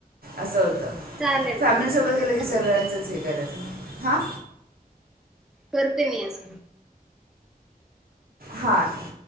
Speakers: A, on the right (about 75°); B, in the centre.
A: असं होत.
B: चालेल
A: फॅमिली
B: मग मी
A: सोबत
B: परत
A: गेलं की
B: कॉल
A: सगळ्यांचच
B: करते
A: हे करायचं. हा.
B: करते मी अस.
A: हा ठीक.